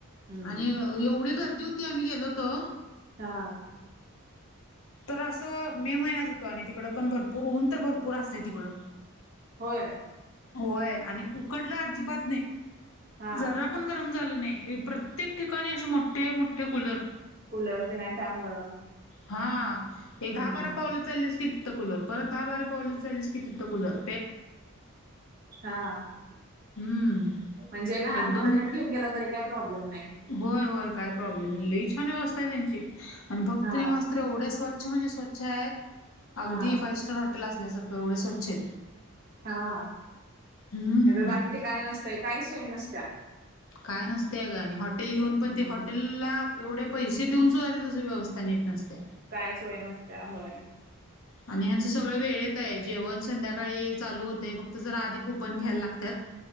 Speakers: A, on the right; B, on the left.
A: हम्म
B: आणि एवढी गर्दी होती आम्ही गेलो होतो.
A: हा.
B: तर असं मे महिन्यात होतो आणि तिकडं पण भरपूर ऊन तर भरपूर असते तिकडं.
A: होय.
B: होय आणि उकडलं अजिबात नाही
A: हा
B: जरा पण गरम झालं नाही. प्रत्येक ठिकाणी असे मोठे मोठे कुलर
A: कुलर ते न हाय त्यामुळं.
B: हा हे दहा
A: हम्म
B: बारा पावलं चललीस कि तिथं कुलर, परत दहा बारा पावलं चललीस कि तिथं कुलर
A: हां.
B: हम्म
A: म्हणजे लहान
B: एकदम
A: मुलं तेन घेऊन गेला तरी, काय प्रॉब्लेम नाही.
B: होय होय काय प्रॉब्लेम नाही, लई छान व्यवस्था हाय त्यांची आणि भक्त
A: हा
B: निवास तर एवढे स्वच्छ म्हणजे स्वच्छ हाय,
A: हा
B: अगदी फाईव स्टार हॉटेल आसल्यासारखं एवढे स्वच्छ हाय.
A: हा नाही
B: हम्म
A: तर बाकी ठिकाणी नसतय, काहीच सोय नसत्या.
B: काय नसतय आ ग आणि? हॉटेल घेऊन
A: हम्म
B: पण ते हॉटेल ला एवढे पैसे देऊन सुद्धा तीत व्यवस्था नीट नसतिया.
A: काय सोय नसतिया होय.
B: आणि ह्यांचं सगळं वेळेत हाय, जेवण संध्याकाळी चालू होते. फक्त जरा आधी कुपन घ्यायला लागत्यात.